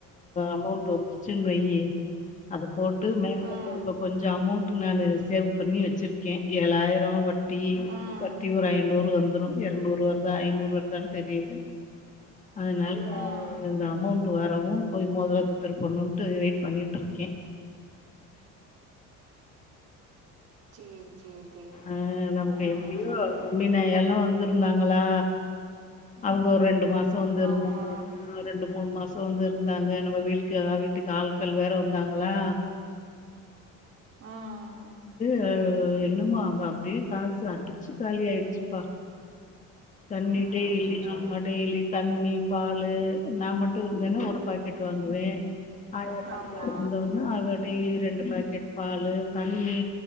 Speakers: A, on the left; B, on the right.
A: அமௌண்ட் வந்துருச்சுன்னு வை அத போட் டு மேற்கொண்டு
B: ம்
A: <inaudible> கொஞ்ச அமௌண்ட் நானு சேவ் பண்ணி வச்சிருக்கே ஏலாயிரோ வ ட்டி
B: ம்
A: ஐநூறு வந்துரு இரநூறு வருதா ஐநூறு வருதான்னு தெரியல அதனால
B: ம்
A: இந்த அமௌண் ட்டு வரவு போய் மோதரத திருப்பனுன்ட்டு வெயிட் பண்ணிட்டு இருக்கே
B: சேரி சேரி
A: ஆஹ் நமக்கு
B: ம்
A: எப்டியோ <unintelligible> எல்லா வந்திருந்தாங்களா அவுங்க ஒரு ரெண்டு மா சோ இருந்தாங்க
B: ஆமா
A: ரெண்டு மூணு மா சோ வந்து இருந்தாங்க நம்ம வீட்டுக்கு வீட்டுக்கு ஆட்கள் வேற வந்தாங்களா
B: ஆஹ்
A: ஹ என்னமோ அங்க அப்டியே காசு அடிச்சு காலி ஆயிருச்சுப்பா தண்ணி டெய்லி
B: அச்சச்சோ
A: ஆமா டெய்லி த தண்ணி பாலு நா மட்டும் இருந்தேன்னா ஒரு பாக்கெட் வாங்குவேன் ஆயந்தன
B: ஆமா
A: ஆா டெய்லி ரெண்டு பாக்கெட் பாலு தண்ணி